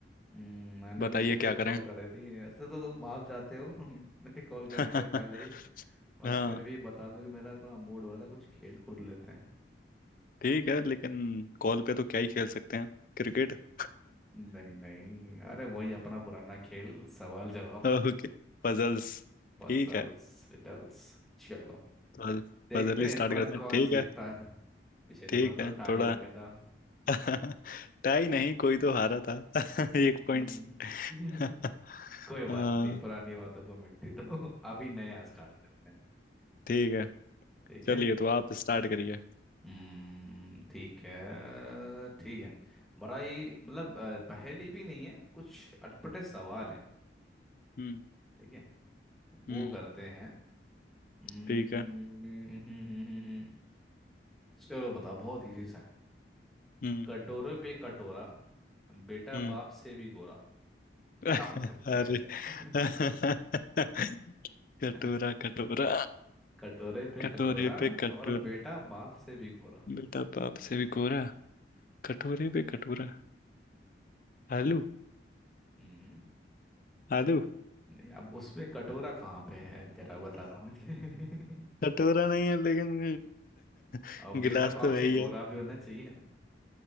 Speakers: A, in the centre; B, on the left.
A: हम्म, मैंने
B: बताइए
A: भी इसीलिए
B: क्या
A: कॉल
B: करें
A: कर रही थी ऐसे तो तुम भाप जाते हो <laughs> मेरे कॉल करने
B: <laughs>
A: के पहले ही बट
B: हाँ
A: फिर भी बता दो कि मेरा थोड़ा मूड हो रहा था कुछ खेल कूद लेते हैं
B: ठीक है लेकिन कॉल पे तो क्या ही खेल सकते हैं क्रिकेट <laughs>
A: नहीं नहीं अरे वही अपना पुराना खेल सवाल जवाब
B: ओके
A: का
B: पजल्स
A: Puzzles
B: ठीक है
A: riddles चलो
B: तो
A: देखते
B: पजल ही
A: हैं
B: स्टार्ट
A: इस बार
B: करते हैं
A: कौन
B: ठीक
A: जीतता
B: है
A: है पिछली
B: ठीक
A: बार तो
B: है
A: टाई
B: थोड़ा
A: हो गया था
B: <laughs> टाई नहीं कोई तो हारा था <laughs> एक
A: हम्म
B: पॉइंट से
A: <laughs>
B: <laughs>
A: कोई बात
B: हाँ
A: नहीं पुरानी बातों को मिट्टी दो <laughs> अभी नया स्टार्ट करते हैं
B: ठीक है
A: ठीक
B: चलिए
A: है
B: तो आप स्टार्ट करिए
A: हम्म ठीक है ठीक है बड़ा ही मतलब अ, पहेली भी नहीं है कुछ अटपटे सवाल है
B: हम्म
A: ठीक है वो
B: हम्म
A: करते हैं हम्म,
B: ठीक है
A: चलो बताओ बहुत इजी सा है
B: हम्म
A: कटोरे पे कटोरा बेटा
B: हम्म
A: बाप से भी गोरा
B: <laughs>
A: क्या हो सकता
B: अरे
A: है ऐसे
B: <laughs>
A: <laughs>
B: कटोरा
A: हैं?
B: कटोरा
A: कटोरे पे
B: कटोरे
A: कटोरा
B: पे कटोरा
A: और बेटा बाप से भी गोरा
B: बेटा बाप से भी गोरा कटोरे पे कटोरा आलू
A: हम्म
B: आलू <laughs>
A: नहीं अब उसमें कटोरा कहाँ पे है जरा बता रहा हूँ मुझे
B: कटोरा नहीं है लेकिन
A: <laughs>
B: <laughs>
A: और बेटा
B: गिलास
A: बाप
B: तो है
A: से
B: ही
A: गोरा
B: है
A: भी होना चाहिए ना